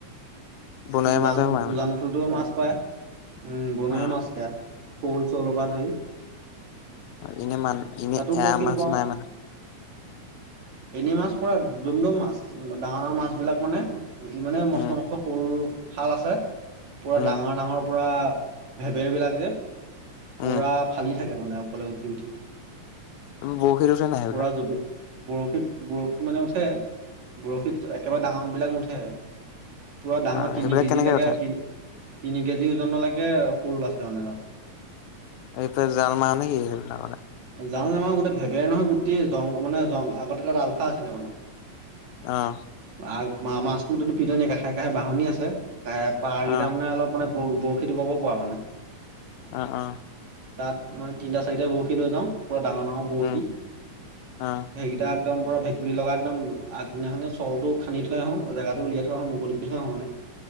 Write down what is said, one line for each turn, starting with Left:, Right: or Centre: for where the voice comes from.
Left: বনৰীয়া
Right: উজান
Left: মাছহে সোমাই
Right: উজান
Left: মানে
Right: উঠোতেও মাছ <inaudible> উম বনৰীয়া
Left: অ',
Right: মাছ সেয়া শ'ল চলৰ পৰা ধৰি
Left: এনে মান এনে
Right: তাতো
Left: এৰা
Right: বৰশীটো
Left: মাছ
Right: বাওঁ
Left: নাই মানে
Right: এনে মাছ পুৰা ডমদম মাছ ডাঙৰ ডাঙৰ মাছ বিলাক মানে ইমানে মস্ত
Left: উম,
Right: মস্ত শ'ল শাল আছে পুৰা
Left: উম,
Right: ডাঙৰ ডাঙৰ <unintelligible> <unintelligible> বিলাক যে পুৰা
Left: উম,
Right: ফালি থাকে মানে মানে ওপৰলে উঠি উঠি
Left: তুমি বৰশীত উঠে নাই
Right: পুৰা
Left: এইবিলাক?
Right: জুপি বৰশীত বৰশীত মানে উঠে বৰশীত একেবাৰে ডাঙৰ বিলাক নুঠে পুৰা ডাঙৰ
Left: অ',
Right: তিনি
Left: সেইবিলাক
Right: কেজি
Left: কেনেকে
Right: লৈকে
Left: উঠে?
Right: তি তিনি কেজি <unintelligible> শল আছে মানে তাত
Left: <unintelligible>
Right: জাল নে মাৰ গোটেই ভেবেৰ নহয় গোটেই জং মানে জ আগতে তাত আলফা আছিলে তাৰমানে
Left: আহ
Right: আ মাজতো পিতনী কাষে কষে বাহঁনি আছে। এ পাৰ কেইটাৰ
Left: অ
Right: মানে অলপ মানে ব বৰশীটো বাব পৰা মানে
Left: অ অ
Right: তাত মানে তিনিটা চাৰিটা বৰসী লৈ যাওঁ। পৰা ডাঙৰ ডাঙৰ বৰশী
Left: উম
Right: সেইকেইটা
Left: অ
Right: একদম পুৰা ভেকুলী লগা একদম আগদিনাখনে চলটো খানদি থৈ আহো জেগাতটো উলিয়াই থৈ আহো মুকলি কৰি থৈ আহো মানে।